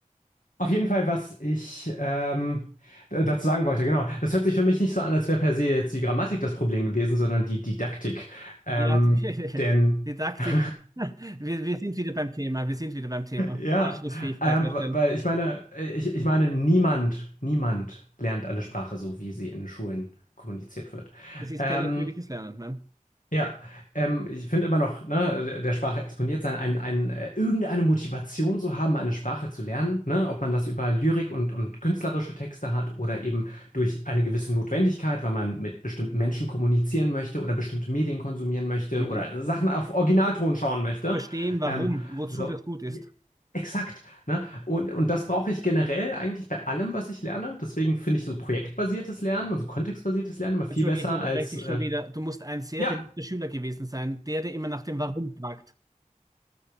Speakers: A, on the left; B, on the right.
A: auf jeden Fall, was ich ähm, d- dazu sagen wollte, genau. Das hört sich für mich nicht so an, als wäre per se jetzt die Grammatik das Problem gewesen, sondern die Didaktik. Ähm,
B: Ja, die,
A: denn
B: <laughs> Didaktik.
A: <laughs>
B: Wir, wir sind wieder beim Thema. Wir sind wieder beim Thema.
A: ja,
B: Anschlussfähigkeit
A: ähm,
B: herstellen.
A: weil ich meine, äh, ich, ich meine, niemand, niemand lernt eine Sprache so, wie sie in Schulen kommuniziert wird.
B: Es ist
A: Ähm,
B: kein natürliches Lernen, ne?
A: Ja, ähm, ich finde immer noch, ne, der der Sprache exponiert sein, ein, ein, äh, irgendeine Motivation zu haben, eine Sprache zu lernen, ne, ob man das über Lyrik und, und künstlerische Texte hat oder eben durch eine gewisse Notwendigkeit, weil man mit bestimmten Menschen kommunizieren möchte oder bestimmte Medien konsumieren möchte
B: Mhm.
A: oder Sachen auf Originalton schauen möchte.
B: Verstehen, warum,
A: Ähm,
B: wozu
A: so.
B: das gut ist.
A: ja, Exakt, ne? Und, und das brauche ich generell eigentlich bei allem, was ich lerne. Deswegen finde ich so projektbasiertes Lernen und so kontextbasiertes Lernen immer viel
B: Entschuldige,
A: besser
B: ich unterbreche
A: als,
B: dich
A: äh,
B: schon wieder. Du musst ein sehr
A: ja,
B: beliebter Schüler gewesen sein, der dir immer nach dem Warum fragt.